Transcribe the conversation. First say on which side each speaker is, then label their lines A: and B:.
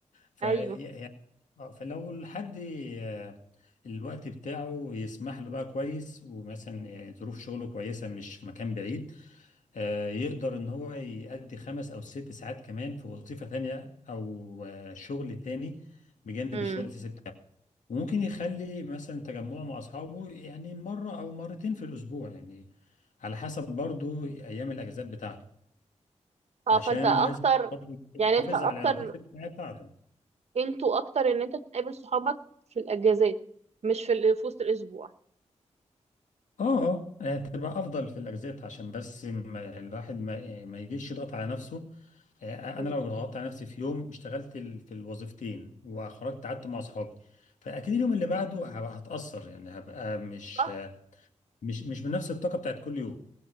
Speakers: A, on the left (about 85°); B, on the right (about 60°).
A: ف
B: <laughs>
A: يعني
B: ايوه
A: آه، فلو الحد آه، الوقت بتاعه يسمح له بقى كويس ومثلا آه، ظروف شغله كويسة مش مكان بعيد آه، يقدر ان هو يأدي خمس او ست ساعات كمان في وظيفة تانية او آه، شغل تاني بجانب
B: مم.
A: الشغل الاساسي بتاعه وممكن يخلي مثلا تجمعه مع اصحابه يعني مرة او مرتين في الاسبوع يعني على حسب برضو ايام الاجازات بتاعته
B: اه
A: عشان
B: فانت اكتر
A: لازم برضو يحافظ
B: يعني انت اكتر
A: على العلاقات الاجتماعية بتاعته
B: انتوا اكتر ان انت تقابل صحابك في الاجازات مش في ال- في وسط الاسبوع
A: اه اه هتبقى افضل في الاجازات عشان بس ما الواحد ما, ما يجيش يضغط على نفسه آه، آه،
B: مم.
A: انا لو ضغطت على نفسي في يوم اشتغلت ال- في الوظيفتين وخرجت قعدت مع اصحابي فاكيد اليوم اللي بعده هبقى هتاثر يعني هبقى مش
B: صح
A: مش مش بنفس الطاقه بتاعت كل يوم